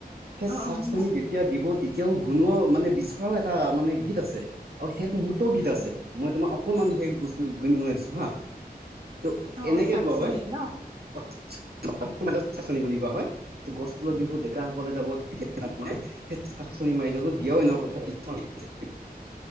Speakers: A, on the right (about 75°); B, on the right (about 35°).
A: সেই
B: অ',
A: চাকচনি
B: অ', শুনিছোঁ
A: দি তেতিয়া দিব তেতিয়াও গুণোৱাও মানে বিচৰাও এটা মানে গীত আছে আৰু শেষ মুহুৰ্ত বহুতো গীত
B: উম,
A: আছে
B: উম,
A: মই তোমাৰ অকণমান সেই বস্তুতো গুণ গুণাই দিছো হা ত'
B: অ',
A: এনেকে
B: অ', চাকচনি
A: কোৱা হয়
B: ন?
A: অসমীয়া মাধ্যমত চাচনি বুলি কোৱা হয় গছ তলৰ বিহু ডেকা সকল কলে যাব তেতিয়া তাৰ মানে চাকচনি মাৰি বিয়াও এনেকুৱা কথা